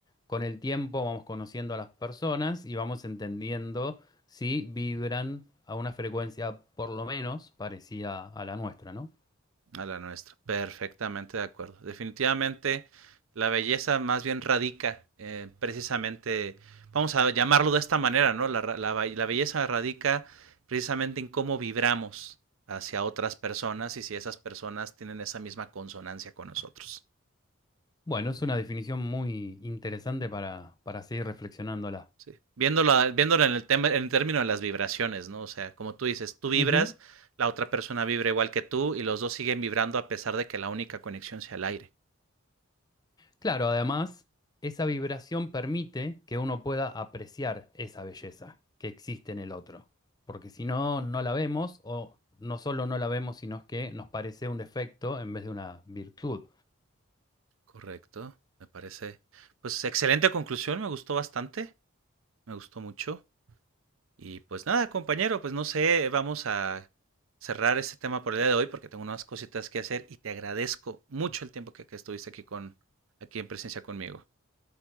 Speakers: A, on the left; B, on the right.
A: con el tiempo vamos conociendo a las personas y vamos entendiendo si vibran a una frecuencia por lo menos parecida a la nuestra, ¿no?
B: a la nuestra. Perfectamente de acuerdo. Definitivamente la belleza más bien radica eh, precisamente, vamos a llamarlo de esta manera, ¿no? La, la, la, belleza radica precisamente en cómo vibramos hacia otras personas y si esas personas tienen esa misma consonancia con nosotros.
A: Bueno, es una definición muy interesante para, para seguir reflexionándola.
B: Sí. Viéndolo, viéndolo en, el tema, en el término de las vibraciones, ¿no? O sea, como tú dices, tú vibras,
A: Ujú.
B: la otra persona vibra igual que tú y los dos siguen vibrando a pesar de que la única conexión sea el aire.
A: Claro, además, esa vibración permite que uno pueda apreciar esa belleza que existe en el otro, porque si no, no la vemos o no solo no la vemos, sino que nos parece un defecto en vez de una virtud.
B: Correcto, me parece. Pues excelente conclusión, me gustó bastante, me gustó mucho. Y pues nada, compañero, pues no sé, vamos a cerrar este tema por el día de hoy porque tengo unas cositas que hacer y te agradezco mucho el tiempo que, que estuviste aquí con aquí en presencia conmigo.